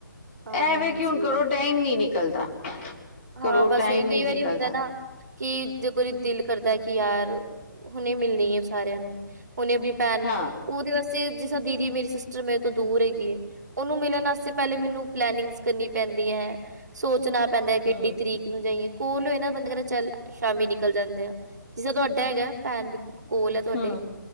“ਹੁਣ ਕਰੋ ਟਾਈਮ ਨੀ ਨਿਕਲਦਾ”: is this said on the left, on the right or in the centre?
Left